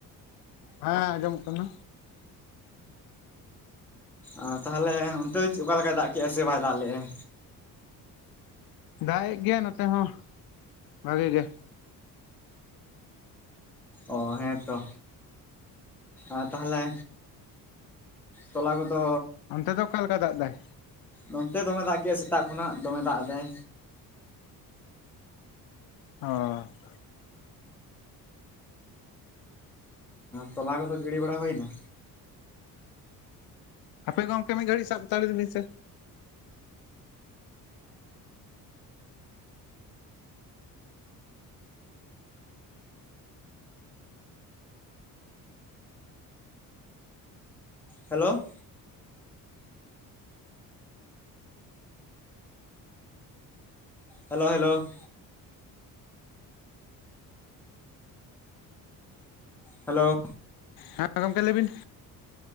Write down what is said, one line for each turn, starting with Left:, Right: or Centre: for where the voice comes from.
Left: ᱦᱮᱸ ᱟᱸᱡᱚᱢᱚᱜ ᱠᱟᱱᱟ᱾
Centre: ᱚ ᱛᱟᱦᱚᱞᱮ ᱚᱱᱛᱮ ᱚᱠᱟ ᱞᱮᱠᱟᱭ ᱫᱟᱜᱽ ᱠᱮᱜᱼᱟ ᱥᱮ ᱵᱟᱭ ᱫᱟᱜᱽ ᱞᱮᱜᱼᱟᱭ?
Left: ᱫᱟᱜ ᱮᱜ ᱜᱮᱭᱟ ᱱᱚᱛᱮ ᱦᱚᱸ ᱵᱷᱟᱜᱤ ᱜᱮ᱾
Centre: ᱚ ᱦᱮᱸᱛᱚ ᱟᱨ ᱛᱟᱦᱚᱞᱮ ᱛᱚᱞᱟ ᱠᱚᱫᱚ
Left: ᱚᱱᱛᱮ ᱫᱚ ᱚᱠᱟ ᱞᱮᱠᱟ ᱫᱟᱜ ᱫᱟᱭ?
Centre: ᱱᱚᱱᱛᱮ ᱫᱚᱢᱮ ᱫᱟᱜ ᱠᱮᱫᱟᱭ ᱥᱮᱛᱟᱜ ᱠᱷᱚᱱᱟᱜ ᱫᱚᱢᱮ ᱫᱟᱜ ᱮᱫᱟᱭ᱾
Left: ᱚᱻ
Centre: ᱛᱚᱞᱟ ᱠᱚᱫᱚ ᱜᱤᱰᱤ ᱵᱟᱲᱟ ᱦᱩᱭᱮᱱᱟ?
Left: ᱦᱟᱯᱮ ᱜᱚᱢᱠᱮ ᱢᱤᱫ ᱜᱷᱟᱹᱲᱤ ᱥᱟᱵᱛᱟᱲ ᱞᱮᱫ ᱵᱤᱱ ᱥᱮ᱾
Centre: ᱦᱮᱞᱳ᱾ Hello, hello. ᱦᱮᱞᱳ᱾
Left: ᱦᱮᱸ ᱜᱚᱢᱠᱮ ᱞᱟᱹᱭ ᱵᱤᱱ᱾